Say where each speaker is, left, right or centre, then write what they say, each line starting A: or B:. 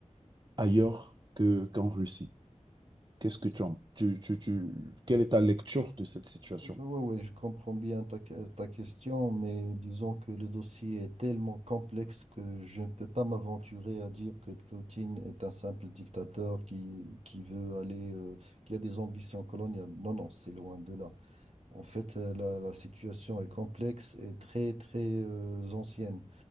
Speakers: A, on the right (about 35°); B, on the right (about 60°).
A: ailleurs que, qu'en Russie. Qu'est-ce que tu en, tu, tu, tu- quelle est ta lecture de cette situation?
B: Oui, oui, je comprends bien ta, que- ta question, mais disons que le dossier est tellement complexe que je ne peux pas m'aventurer à dire que Poutine est un simple dictateur qui, qui veut aller, euh, qui a des ambitions coloniales. Non, non, c'est loin de là. En fait, euh, la, la situation est complexe et très, très, euh, ancienne,